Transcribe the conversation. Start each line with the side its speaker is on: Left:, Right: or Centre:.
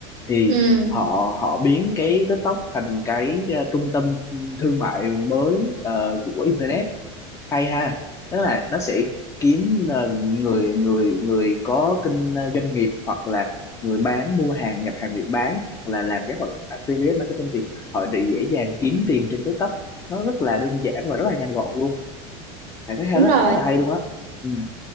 Left: thì
Right: ừ
Left: họ họ biến cái TikTok thành cái ờ, trung tâm thương mại mới ờ, của internet hay ha tức là nó sẽ kiếm ờ, người người người có kinh ờ, doanh nghiệp hoặc là người bán mua hàng nhập hàng Việt bán hoặc là làm các hoạt động affiliate marketing thì họ sẽ dễ dàng kiếm tiền trên TikTok nó rất là đơn giản và rất là nhanh gọn luôn bạn thấy hay
Right: đúng
Left: đó
Right: rồi
Left: rất là hay luôn á ừ
Right: Ừ.